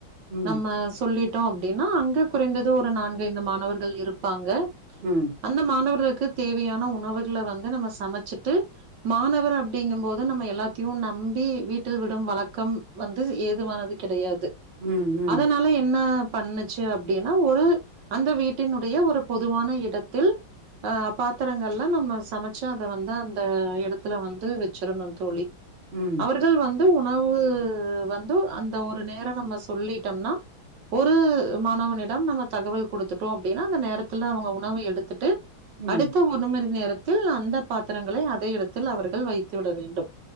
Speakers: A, on the right; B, on the right.
A: ம்
B: நம்ம சொல்லிட் டோ அப்டின்னா அங்க குறைந்தது ஒரு நான்கு ஐந்து மாணவர்கள் இருப்பாங்க
A: ம்
B: அந்த மாணவர்களுக்கு க்கு தேவையான உணவுகள வந்து நம சமச்சுட்டு மாணவர் அப் ப்டிங்கும் போது நம்ம எல்லாத்தையும் நம்பி வீட்டுல விடும் வழக்கம் வந்து ஏதுவானது கிடையாது து
A: ம் ம்
B: அதனால என்னாப் பண்ணுச்சு அப்டின்னா ஒரு அந்த வீட்டினுடைய ஒரு பொதுவான இடத்தில் ஆ பாத்திரங்கல்லா நம்ம சமச்சு அத வந்த அந்த இடத்துல வந்து வெச் ச்சுரனு தோழி
A: ம்
B: அவர்கள் வந் ந்து உணவு வந்து அந்த ஒரு நேர நம்ம சொல்லிட்டம்னா ஒரு மாணவனிடம் நம்ம தகவல் கொடுத்துட்டோ அப்டின்னா அந்த நேரத்துல அவுங்க உணவு எடுத்துட்டு
A: ம்
B: அடுத்து ஒன்னு மணி நேரத் த்து அந்த பாத்திரங்குளை அதே இடத்தில் அவர்கள் வைத் த்து விட வேண்டும்